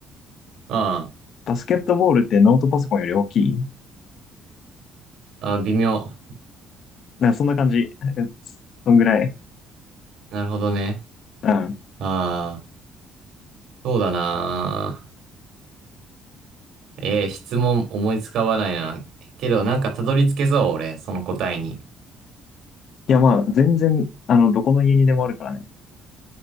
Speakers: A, on the right; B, on the left.
A: あ
B: バスケットボールってノートパソコンより大きい
A: あ、ああ、微妙。
B: なんかそんな感じ。<laughs> えそんぐらい。
A: なるほどね。
B: うん。
A: ああ、そうだな。ええ、質問思いつかわないな。けど、なんかたどり着けそう、俺、その答えに。
B: いや、まあ、全然、あの、どこの家にでもあるからね。